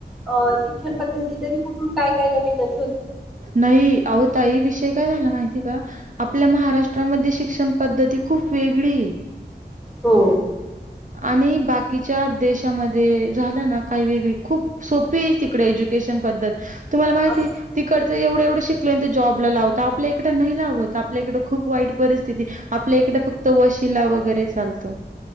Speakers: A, in the centre; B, on the right.
A: अ शिक्षण पद्धती तरी कुठून काय काय नवीनच
B: नाही आहो ताई विषय काय झाला माहिती का आपल्या महाराष्ट्रामध्ये शिक क्षण पद्धती खूप वेगळी हाय
A: हो.
B: आणि बाकीच्या देशामध्ये झालं ना काय वेगळी खूप सोपी हे तिकडे एज्युकेशन पद्धत तुम्हाला
A: हो
B: माहिती हे तिकड ज एवढं एवढं शिकल्या नतंर जॉबला लावता आपल्या इकडं नाही लावत आपल्या इकड खूप वाईट परिस्थिती आपल्या इक डे फक्त वशिला वगैरे चालतो.